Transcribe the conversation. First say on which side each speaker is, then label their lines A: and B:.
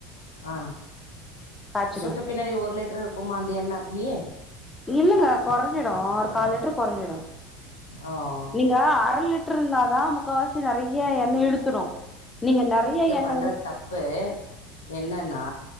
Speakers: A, on the left; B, on the left.
A: ஆ
B: காய்ச்சிடுவே
A: சுட்டு பின்னாடி ஒரு லிட்டரு இருக்குமா அந்தி எண்ண அப்டி
B: இல்லங்க குறஞ்சிடு ஒரு கால் லிட்டரு குறஞ்சிடு
A: ஓ
B: நீங்க அர லிட்டர் இருந்தாதா முக் முக்காவாசி நெறையே எண்ண இழுத்துறோ நீங்க நறைய எண்
A: பண்ற தப்பு என்னன்னா